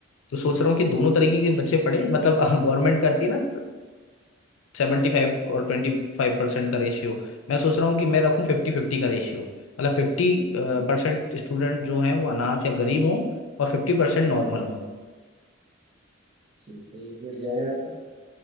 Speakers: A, on the left; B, on the right.
A: तो सोच रहा हूँ कि दोनों तरीके के बच्चे पढ़े मतलब <laughs> गवर्नमेंट करती है ना सेवेंटी फाइव और ट्वेंटी फाइव परसेंट का रेशियो मैं सोच रहा हूँ कि मैं रखूँ फिफ्टी
B: अच्छा
A: फिफ्टी
B: अच्छा
A: का रेशियो मतलब फिफ्टी
B: हम्म
A: परसेंट
B: हम्म
A: स्टूडेंट जो हैं वो अनाथ या गरीब हों और फिफ्टी परसेंट नॉर्मल हों
B: हम्म, ठीक है ये भी बढ़िया है आपका